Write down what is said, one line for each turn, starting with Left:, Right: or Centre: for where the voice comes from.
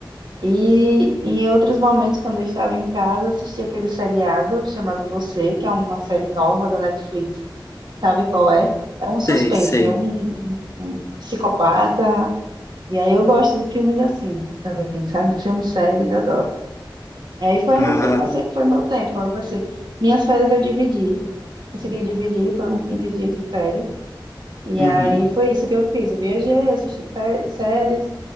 Right: E em outros momentos, quando eu estava em casa, assisti aquele seriado chamado Você, que é uma série nova da Netflix. Sabe qual é? É um suspense,
Left: Sei, sei.
Right: é um, um- um psicopata. E aí eu gosto de filmes assim também, sabe? Filmes, séries, adoro. E aí foi
Left: Ah,
Right: o que eu passei, foi meu tempo, como eu passei. Minhas férias eu dividi, consegui dividir, foram 15 dias de férias. E
Left: uhum.
Right: aí foi isso que eu fiz. Eu viajei, assisti fé- séries,